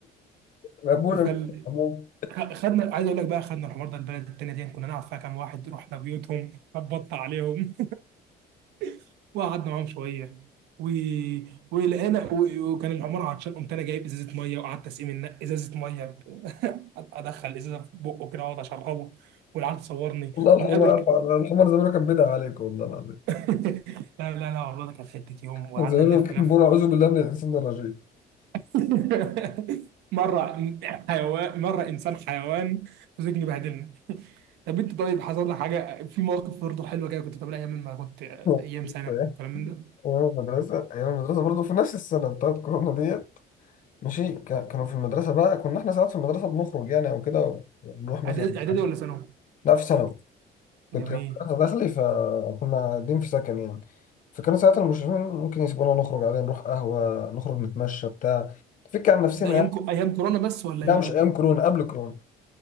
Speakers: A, on the left (about 50°); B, on the right (about 80°).
A: ابونا
B: فال
A: بيه عموما
B: خ- خدنا عايز اقول لك بقى خدنا الحوار ده البلد التانية دي كنا نعرف فيها كام واحد رحنا بيوتهم خبطنا عليهم <laughs> وقعدنا معاهم شويه و... ولقينا و... وكان العمارة عطشان قمت انا جايب ازازه ميه وقعدت اسقي من ازازه ميه ب... <laughs> ادخل ازازه في بقه كده واقعد اشربه والعيال تصورني
A: والله الحمار
B: ونقابل
A: الحمار زمان كان بدع عليك والله العظيم
B: <laughs> لا لا لا والله ده كانت حته يوم وقعدنا
A: كان زمان
B: نلف
A: كان
B: لف
A: بيقول اعوذ بالله من الانسان الرجيم
B: <laughs> مره حيوان مره انسان حيوان مسكني بهدلني طب انت طيب حصل لك حاجه في مواقف برضه حلوه كده كنت بتعملها ايام ما كنت ايام
A: <laughs>
B: سنه الكلام من ده
A: ايام المدرسة ايام المدرسة برضه في نفس السنة بتاعت كورونا دي ماشي ك- كانوا في المدرسة بقى كنا احنا ساعات في المدرسة بنخرج يعني او كده ونروح مثلا
B: اعدادي اعدادي ولا ثانوي
A: لا في ثانوي كنت
B: جميل
A: كانت مدرسة داخلي فكنا قاعدين في سكن يعني فكانوا ساعات المشرفين ممكن يسيبونا نخرج عادي نروح قهوة نخرج نتمشى بتاع نفك عن نفسنا
B: ده ايام
A: يعني
B: كو... ايام كورونا بس ولا
A: لا
B: امتى
A: مش ايام كورونا قبل كورونا